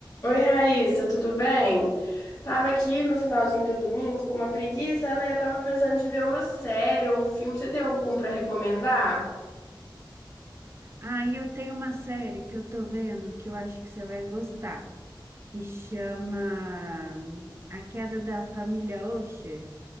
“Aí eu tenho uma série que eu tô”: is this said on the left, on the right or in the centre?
Right